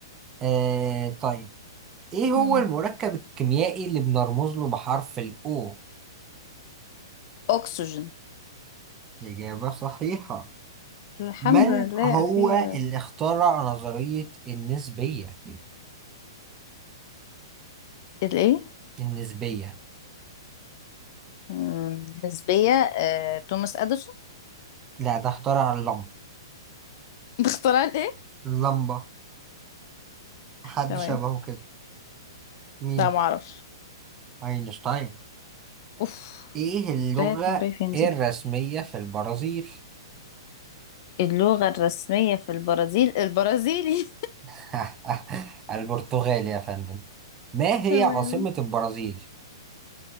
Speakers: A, on the right; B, on the left.
A: آه طيب إيه هو
B: <laughs> مم.
A: المركب الكيميائي اللي بنرمز له بحرف الأو؟
B: أكسجين
A: إجابة صحيحة
B: الحمد
A: من
B: لله
A: هو
B: أخيرا
A: اللي اخترع نظرية النسبية؟
B: الإيه؟
A: النسبية
B: مم، نسبية آه، توماس اديسون
A: لا ده اخترع اللمبة
B: <laughs> باختراع الايه
A: اللمبة حد
B: تمام
A: شبهه كده مين؟
B: لا معرفش
A: أينشتاين
B: اوف
A: إيه اللغة
B: ده هي هنبي فين
A: الرسمية
B: دي
A: في البرازيل؟
B: اللغة الرسمية في البرازيل البرازيلي
A: <laughs> البرتغال يا فندم ما
B: <laughs>
A: هي
B: تمام
A: عاصمة البرازيل؟